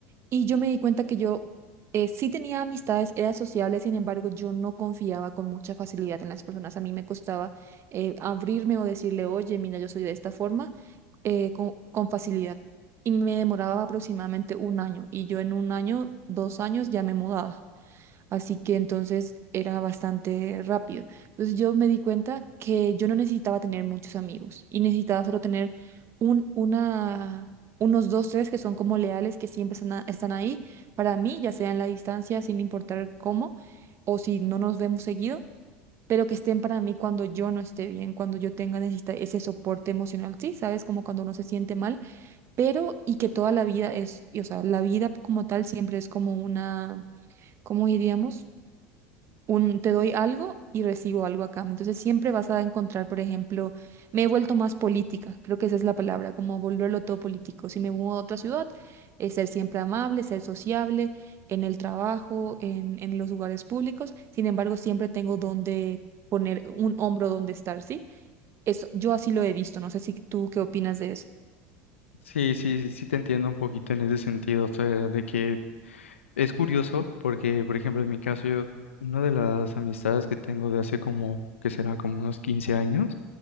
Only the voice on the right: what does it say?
Y yo me di cuenta que yo eh, sí tenía amistades, era sociable, sin embargo, yo no confiaba con mucha facilidad en las personas. A mí me costaba eh, abrirme o decirle, oye, mira, yo soy de esta forma, eh, con, con facilidad. Y me demoraba aproximadamente un año. Y yo en un año, dos años, ya me mudaba. Así que entonces era bastante rápido. Entonces yo me di cuenta que yo no necesitaba tener muchos amigos y necesitaba solo tener un, una, unos dos, tres que son como leales, que siempre están, a- están ahí para mí, ya sea en la distancia, sin importar cómo, o si no nos vemos seguido, pero que estén para mí cuando yo no esté bien, cuando yo tenga necesita ese soporte emocional, sí, sabes, como cuando uno se siente mal, pero y que toda la vida es, y, o sea, la vida como tal siempre es como una, ¿cómo diríamos? un, te doy algo y recibo algo a cambio. Entonces siempre vas a encontrar, por ejemplo, me he vuelto más política, creo que esa es la palabra, como volverlo todo político. Si me mudo a otra ciudad, es ser siempre amable, ser sociable en el trabajo, en, en los lugares públicos. Sin embargo, siempre tengo donde poner un hombro donde estar, ¿sí? Eso, yo así lo he visto, no sé si tú qué opinas de eso.